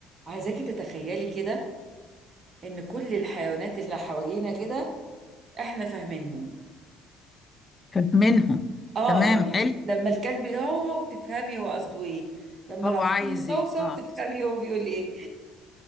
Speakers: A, on the right; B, on the left.
A: عايزاكي تتخيلي كده ان كل الحيوانات اللي حوالينا كده احنا فاهمينهم
B: منهم
A: اه
B: تمام
A: يعني
B: حلو
A: لما الكلب يهوهو بتفهمي هو قصده ايه لما
B: هو
A: العصفور
B: عايز
A: يصوصو
B: ايه اه
A: بتفهمي هو بيقول ايه